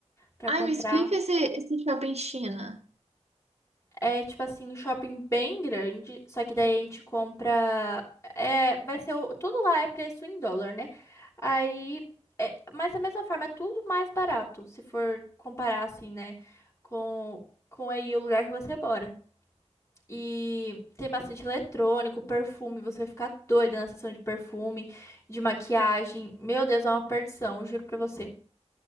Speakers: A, on the left; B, on the right.
A: pra
B: Ai,
A: comprar.
B: me explica esse, esse shopping China.
A: É tipo assim, um shopping bem grande, só que daí a gente compra. É, vai ser o- tudo lá é preço em dólar, né? Aí, é, mas da mesma forma, é tudo mais barato, se for comparar assim, né? Com, com aí o lugar que você mora. E tem bastante eletrônico, perfume, você vai ficar doida na sessão de perfume, de maquiagem. Meu Deus, é uma perdição, eu juro pra você.